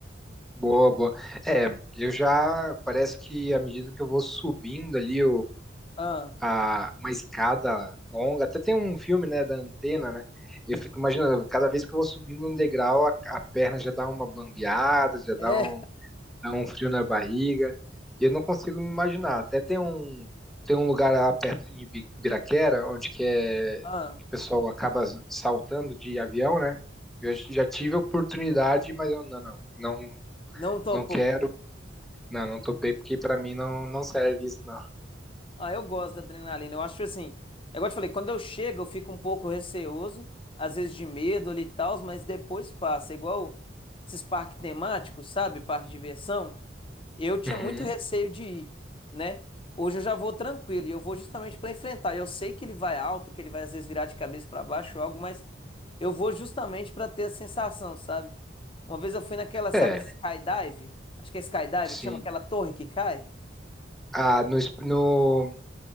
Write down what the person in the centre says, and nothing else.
Boa, boa. É, eu já, parece que à medida que eu vou subindo ali
a, uma escada longa. Até tem um filme, né, da antena, né? Eu fico imaginando, cada vez que eu vou subindo um degrau, a, a perna já dá uma bambeada, já dá
um, dá um frio na barriga. E eu não consigo me imaginar. Até tem um, tem um lugar lá perto em Ibi- Ibiraquera, onde que é
que o pessoal acaba saltando de avião, né? Eu já tive a oportunidade, mas eu não, não, não,
não quero, não, não topei porque para mim não, não serve isso, não.
Uhum.
É,
sim.
Ah, no, es- no,